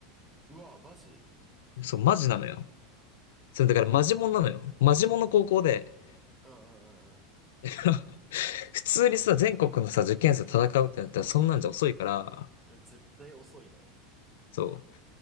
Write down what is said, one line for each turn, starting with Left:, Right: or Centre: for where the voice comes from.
Centre: うわ、マジ
Left: そう、マジなのよ。それだからマジモンなのよ。マジモンの高校で、
Centre: うんうんうん
Left: <laughs> 普通にさ、全国のさ、受験生と戦うってなったらそんなんじゃ遅いから、
Centre: うん。え絶対遅いね。
Left: そう。